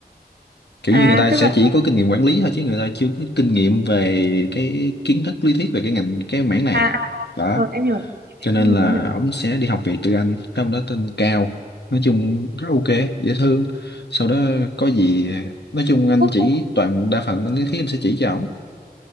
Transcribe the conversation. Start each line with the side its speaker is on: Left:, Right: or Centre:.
Left: kiểu
Right: à
Left: như người ta
Right: tức
Left: sẽ
Right: là
Left: chỉ có kinh nghiệm quản lý thôi chứ người ta chưa có kinh nghiệm về cái kiến thức lý thuyết về cái ngành cái mảng này
Right: à, à
Left: đó
Right: rồi, em hiểu
Left: cho nên
Right: em hiểu,
Left: là
Right: em hiểu.
Left: ổng sẽ đi học việc từ anh cái ông đó tên Cao nói chung rất ok dễ thương sau đó có gì nói chung anh
Right: Quốc
Left: chỉ
Right: à?
Left: toàn đa phần là lý thuyết anh sẽ chỉ cho ổng